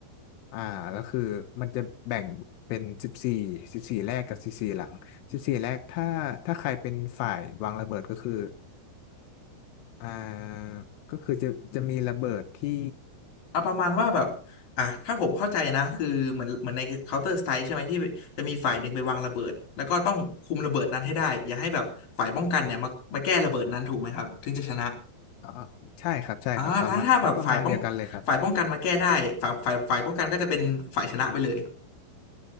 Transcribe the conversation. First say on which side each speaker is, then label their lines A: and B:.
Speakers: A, on the left (about 80°); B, on the left (about 50°).
A: อ่าแล้วคือมันจะแบ่งเป็นสิบสี่สิบสี่แรกกับสิบสี่หลังสิบสี่แรกถ้าถ้าใครเป็นฝ่ายวางระเบิดก็คืออ่าก็คือจะจะมีระเบิดที่
B: เอาประมาณว่าแบบอ่ะถ้าผมเข้าใจนะคือเหมือนเหมือนใน Counter Strike ใช่ไหมที่จะมีฝ่ายหนึ่งไปวางระเบิดแล้วก็ต้องคุมระเบิดนั้นให้ได้อย่าให้แบบฝ่ายป้องกันเนี่ยมามาแก้ระเบิดนั้นถูกไหมครับถึงจะชนะ
A: อ่าใช่ครับใช่ครับประมาณก็ประมาณเดียวกันเลยครับ
B: อ่าแล้วถ้าแบบฝ่ายป้องฝ่ายป้องกันมาแก้ได้ฝ่ายฝ่ายฝ่ายป้องกันก็จะเป็นฝ่ายชนะไปเลย